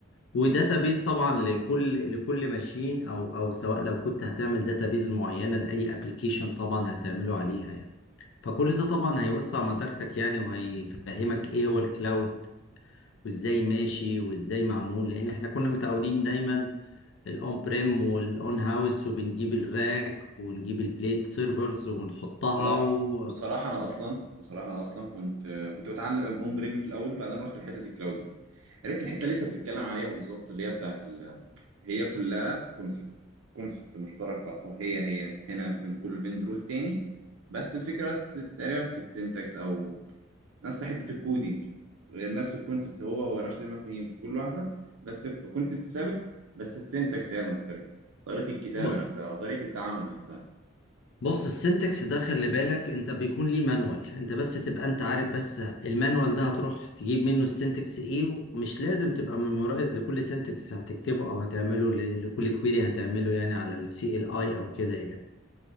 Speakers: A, on the left; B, on the right.
A: وداتابيز طبعا لكل لكل ماشين او او سواء لو كنت هتعمل داتابيز معينه لاي ابلكيشن طبعا هتعمله عليها يعني فكل ده طبعا هيوسع مداركك يعني وهيفهمك ايه هو الكلاود وازاي ماشي وازاي معمول لان احنا كنا متعودين دايما الاون بريم والاون هاوس وبنجيب الراك ونجيب البليت سيرفرز ونحطها
B: بصراحة
A: و...
B: بصراحة أنا أصلا بصراحة أنا أصلا كنت آه، كنت بتعلم أون بريم في الأول بعدين رحت لحتة الكلاود دي عرفت الحتة اللي أنت بتتكلم عليها بالظبط اللي هي بتاعت ال هي كلها كونسبت كونسبت مشتركة أو هي هي هنا بين كل فيندور والتاني بس الفكرة بس تقريبا في السينتاكس أو نفس حته الكودينج نفس الكونسبت هو هو نفس المفاهيم في كل واحده بس الكونسبت ثابت بس السنتكس هي المختلفه طريقه الكتابه
A: بص
B: نفسها او طريقه التعامل نفسها
A: بص السنتكس ده خلي بالك انت بيكون ليه مانوال انت بس تبقى انت عارف بس المانوال ده هتروح تجيب منه السنتكس ايه ومش لازم تبقى ميمورايز لكل سنتكس هتكتبه او هتعمله ل- لكل كويري هتعمله يعني على السي ال اي او كده يعني